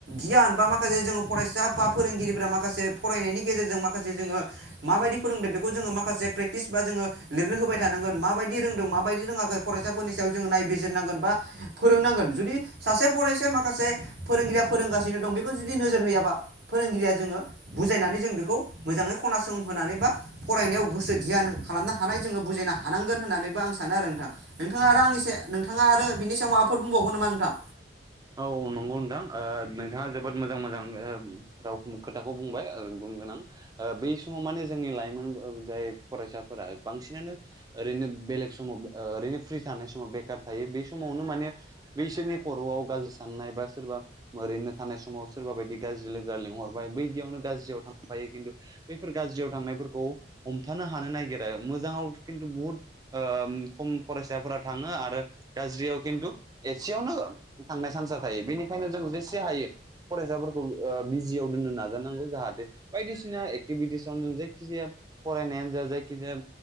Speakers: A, on the right; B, on the right.
A: गियान बा माखासे जोङो फरायसा बा फोरों गिरिफोरा माखासे फरायनायनि गेजेरजों माखासे जोङो माबायदि फोरोंदों बेखौ जोङो माखासे प्रेक्टिस बा जोङो लिरनो होबाय थानांगोन माबायदि रोंदों माबायदि रोङाखै फरायसाफोरनि सायाव जोङो नायबिजिरनांगोन बा फोरोंनांगोन जुदि सासे फरायसाया माखासे फोरोंगिरिया फोरोंगासिनो दं बेखौ जुदि नोजोर होयाबा फोरोंगिरिया जोङो बुजायनानै जों बेखौ मोजाङै खनासं होनानै बा फरायनायाव गोसो ध्यान खालामनो हानाय जोङो बुजायनो हा हानांगोन होननानैबो आं सानो आरो नोंथां नोंथाङा आरो आंनि सा नोंथाङा आरो बिनि सायाव माबाफोर बुंबावगोन नामा नोंथां?
B: औ नंगौ नोंथां ओ नोंथाङा जोबोद मोजां मोजां ओ राव खोथाखौ बुंबाय ओ गुनगोनां ओ बै समाव माने जोंनि लाइमोन जाय फरायसाफोरा बांसिनानो ओरैनो बेलेग समाव ओ ओरैनो फ्रि थानाय समाव बेखार थायो बे समावनो माने बैसोरनि खर' वाव गाज्रि साननाय बा सोरबा ओरैनो थानाय समाव सोरबा बायदि गाज्रि लोगोआ लेंहरबाय बैदियावनो गाज्रियाव थांफायो किन्तु बैफोर गाज्रियाव थांनायफोरखौ हमथानो हानो नागिरा मोजाङाव किन्तु बुहुत ओ खम फरायसाफोरा थाङो आरो गाज्रियाव किन्तु एसेयावनो थांनाय सान्सा थायो बेनिखायनो जों जेसे हायो फरायसाफोरखौ ओ बिजियाव दोननो नाजानांगौ जाहाते बायदिसिना एक्टिभिटिसावनो जों जायखिजाया फरायनायानो जा जायखिजाया